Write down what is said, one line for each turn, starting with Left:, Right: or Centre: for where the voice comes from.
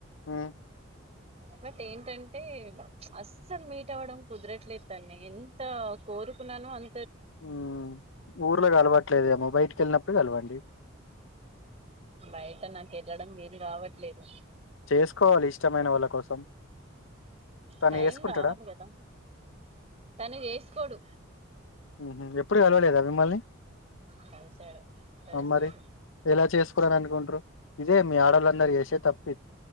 Left: మ్
Right: బట్ ఏంటంటే అస్సలు మీట్ అవ్వడం కుదరట్లేదు తన్ని ఎంత కోరు కున్నానో అం
Left: ఉమ్ ఊర్లో గలవట్లేదేమో బయటికి వెళ్ళినప్పుడు కలవండి
Right: బయట నాకు ఎళ్ళడం వీలు కావట్లేదు
Left: చేసుకోవాలి ఇష్టమైన వాళ్ళ కోసం తను
Right: టైం
Left: చేసుకుంటాడా
Right: రావాలి కదా తను ఎసుకోడు
Left: మ్ హు ఎప్పుడు కలవలేదా మిమ్మల్ని
Right: కలిసాడు కలిసాడు
Left: అ మరి ఎలా చేసుకోవాలని అనుకుంట్రు ఇదే మీ ఆడళ్ళందరు చేసే తప్పు